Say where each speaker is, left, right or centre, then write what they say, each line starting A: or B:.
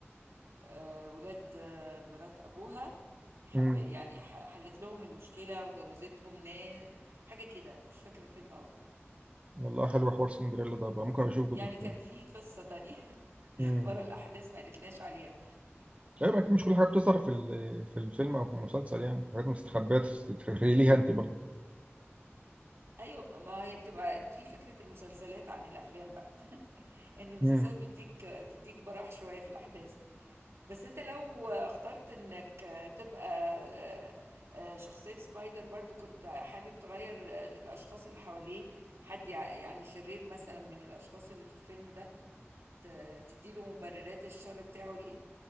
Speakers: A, on the right; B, on the right.
A: آه، ولاد آه، مرات ابوها حب
B: امم
A: يعني ح- حلت لهم المشكله وجوزتهم ناس حاجه كده مش فاكره الفيلم قوي
B: والله حلو حوار سندريلا ده بقى ممكن اشوف جزء
A: يعني كان
B: تاني
A: في قصه تانية <laughs>
B: امم
A: ورا الاحداث ما قالتلاش عليها
B: ايوه اكيد مش كل حاجه بتظهر في ال- في الفيلم او في المسلسل يعني في حاجات مستخبيه تتخيلي ليها انت برضه
A: ايوه ما هي بتبقى دي فكره المسلسلات عن الافلام بقى <laughs> ان المسلسلات
B: امم
A: بتديك بتديك براح شويه في الاحداث بس انت لو اخترت انك تبقى آه، آه، شخصية سبايدر برضو كنت حابب تغير آه، الأشخاص اللي حواليه حد يعني شرير مثلا من الأشخاص اللي في الفيلم ده ت- تديله مبررات الشر بتاعه ليه